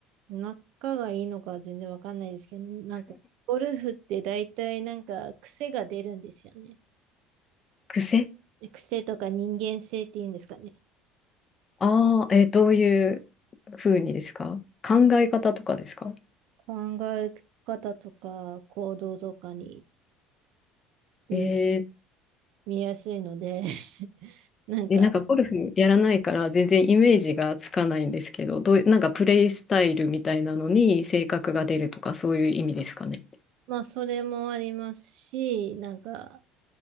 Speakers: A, on the right; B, on the left.
A: 仲がいいのかは全然わかんないですけど、なんか、ゴルフってだいたいなんか癖が出るんですよね。
B: 癖
A: 癖とか人間性っていうんですかね。
B: ああー、え、どういう風にですか考え方とかですか
A: 考え方とか行動とかに見、
B: え
A: 見やすいので <laughs> なんか、
B: ー、え、なんかゴルフやらないから全然イメージがつかないんですけど、どうい、なんかプレイスタイルみたいなのに性格が出るとかそういう意味ですかね。
A: まあ、それもありますし、なんか、